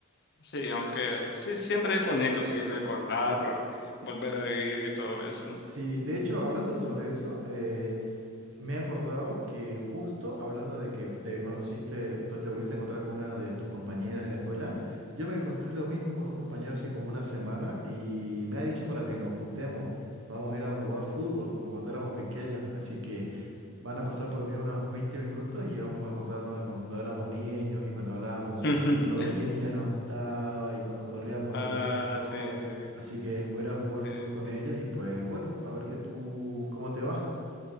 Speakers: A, on the left (about 55°); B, on the right (about 70°).
A: Sí, aunque sí, siempre es bonito, sí, recordar, volver a vivir y todo eso.
B: Sí, de hecho, hablando sobre eso, eh, me he acordado que justo hablando de que te conociste, pues te volviste a encontrar con una de tus compañeras de la escuela, yo me encontré lo mismo con un compañero hace como una semana y me ha dicho para que nos juntemos, vamos a ir a jugar fútbol como cuando éramos pequeños, así que Van a pasar por mí unos 20 minutos y vamos a acordarnos de cuando éramos niños y cuando hablábamos
A: <laughs>
B: sobre qué niñas nos gustaba y cuando corríamos
A: Ah,
B: de los profesores.
A: sí, sí,
B: Así que voy a ir a jugar fútbol
A: sí.
B: con ellos y pues bueno, a ver que tú, cómo te va.